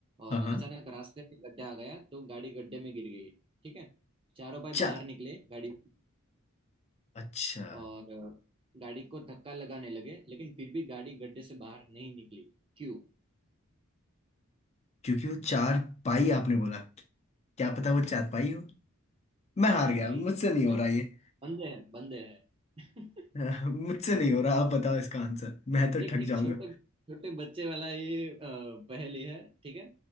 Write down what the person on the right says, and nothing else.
और
अचानक रास्ते में गड्ढा आ गया तो गाड़ी गड्ढे में गिर गई ठीक है चारों भाई
बाहर निकले गाड़ी
और अ, गाड़ी को धक्का लगाने लगे लेकिन फिर भी गाड़ी गड्ढे से बाहर नहीं निकली क्यों
नहीं
नहीं
नहीं
भाई
बंदे हैं बंदे हैं <laughs>
एक
एक
छोटे छोटे बच्चे वाला ये अ, पहेली है ठीक है